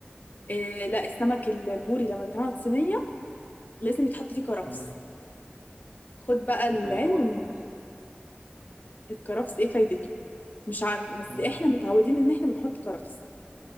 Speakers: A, on the left; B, on the right.
A: إيه لا السمك البوري لما بيتعمل صينية لازم يتحط فيه كرفس
B: امم
A: خد بقى العلم
B: ايه فايدته بقى الكرفس؟
A: من الكرفس ايه فايدته مش عارفة بس
B: امم
A: احنا متعودين ان احنا بنحط كرفس